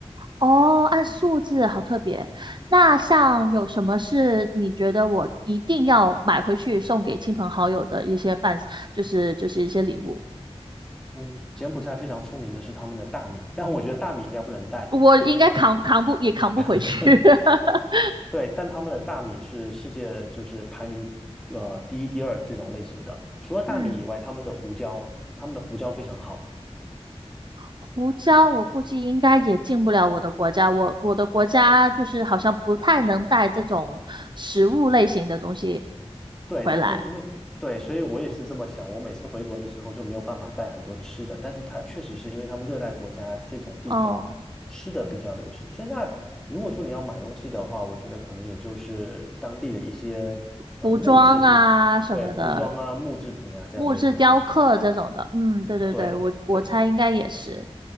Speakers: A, on the right (about 45°); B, in the centre.
A: 哦，按数字，好特别。那像有什么是你觉得我一定要买回去送给亲朋好友的一些伴，就是就是一些礼物，
B: 嗯，柬埔寨非常出名的是他们的大米，但我觉得大米应该不能带，
A: 我应该扛扛不也扛不回去。
B: 就是它，<laughs>
A: <laughs>
B: 对，但他们的大米是世界就是排名呃第一、第二这种类型的。除了大米以外，
A: 嗯，
B: 他们的胡椒，他们的胡椒非常好。
A: 胡椒我估计应该也进不了我的国家，我我的国家就是好像不太能带这种食物类型的东西
B: 对，
A: 回来。
B: 但是因为对，所以我也是这么想。我每次回国的时候就没有办法带很多吃的，但是它确实是因为他们热带国家这种地方吃的比较流行。
A: 哦，
B: 剩下如果说你要买东西的话，我觉得可能也就是当地的一些呃木制品，
A: 服装啊什么的，
B: 对，服装啊、木制品啊这样类型的东西。
A: 木质雕刻这种的，嗯，对对对，
B: 对对，
A: 我我猜应该也是。